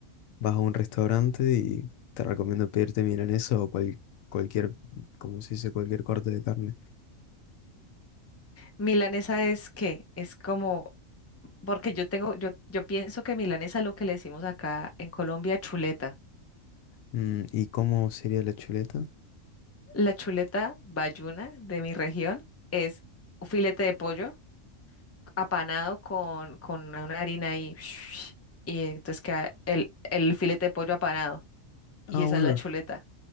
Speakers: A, on the left; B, on the left.
A: vas a un restaurante y te recomiendo pedirte milanesa o cual- cualquier, como se dice, cualquier corte de carne.
B: Milanesa es qué, es como, porque yo tengo, yo, yo pienso que milanesa es lo que le decimos acá en Colombia, chuleta.
A: Mm, ¿y cómo sería la chuleta?
B: La chuleta bayuna de mi región es un filete de pollo apanado con, con una harina y Y entonces queda el, el filete de pollo apanado. Y
A: Ah,
B: esa
A: bueno,
B: es la chuleta.